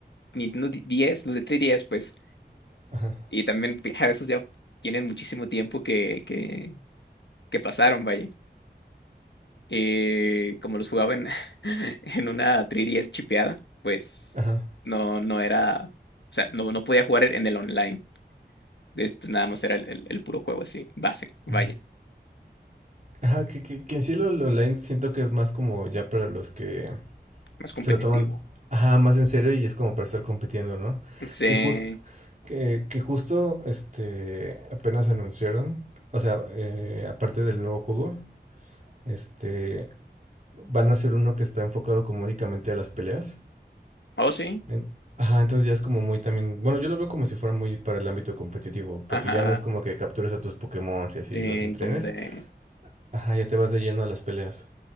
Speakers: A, on the left; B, on the right.
A: Nintendo D- DS, los de 3DS, pues.
B: ajá,
A: Y también, <laughs> pues, ja, esos ya tienen muchísimo tiempo que, que, que pasaron, vaya. Eh, como los jugaba en, <laughs> en una 3DS chipeada, pues
B: ajá,
A: no, no era. O sea, no, no podía jugar en el online. Entonces, pues nada más era el, el- el puro juego así, base, vaya,
B: mm. ajá, que, que, que en sí lo, lo online siento que es más como ya para los que
A: más competitivo.
B: se lo toman, ajá, más en serio y es como para estar compitiendo, ¿no?
A: Sí.
B: Que justo que, que justo este apenas anunciaron, o sea, eh, aparte del nuevo juego, este van a hacer uno que está enfocado como únicamente a las peleas.
A: Oh, sí.
B: En- Ajá, entonces ya es como muy también, bueno, yo lo veo como si fuera muy para el ámbito competitivo, porque
A: Ajá.
B: ya no es como que captures a tus Pokémon y así
A: eh,
B: los entrenes.
A: como de.
B: Ajá, ya te vas de lleno a las peleas.